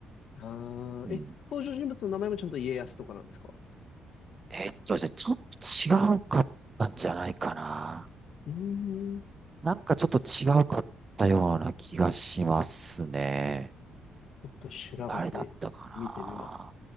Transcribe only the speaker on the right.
うん。
えっと、じゃあ、ちょっと違うかったんじゃないかな。
なんかちょっと違うかったような気がしますね。
誰だったかな。